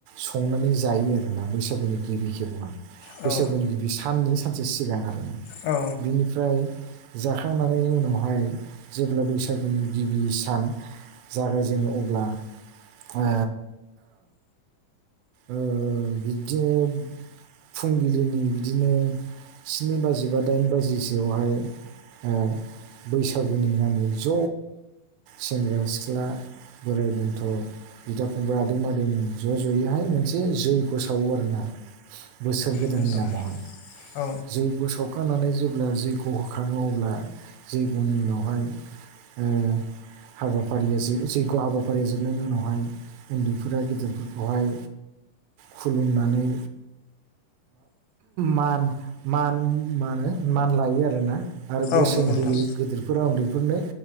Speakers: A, on the right; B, on the left.
A: संनानै जायो आरोना बैसागुनि गिबि खेबावहाय
B: औ
A: बैसागुनि गिबि मोननै सानसे सिगां आरोना
B: औ
A: बिनिफ्राय जाखांनानै उनावहाय जेब्ला बैसागुनि गिबि सान जागायजेनो अब्ला ओ ओ बिदिनो फुंबिलिनि बिदिनो स्नि बाजि बा दाइन बाजिसोआवहाय ओ बैसागुनि नामै ज' सेंग्रा सिख्ला। बोराइ बेन्थ' बिदा फंबाय आदै आदैमोन ज' ज'यैहाय मोनसे जैग्य' सावो आरोना। बोसोर गोदाननि
B: नोंथां
A: नामावहाय।
B: औ
A: जैग्य' सावखांनानै जेब्ला जैग्य' होखांङो अब्ला जैग्य'नि उनावहाय ओ हाबाफारिया जैग्य' हाबाफारिया जोबनायनि उनावहाय उन्दैफोरा गेदेरफोरखौहाय खुलुमनानै मान मान मानो मान लायो आरोना। आरो बोसोन
B: औ नंगौ नोंथां
A: होयो गेदिरफोरा उन्दैफोरनो